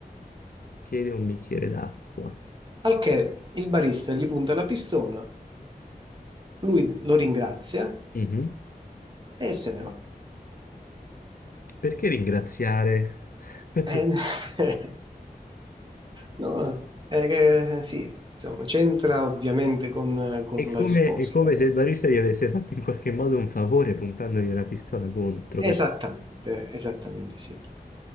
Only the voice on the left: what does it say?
chiedi un bicchiere d'acqua.
Mhm.
Perché ringraziare? <laughs>
È come,
è come se il barista gli avesse fatto in qualche modo un favore puntandogli una pistola contro.
capito?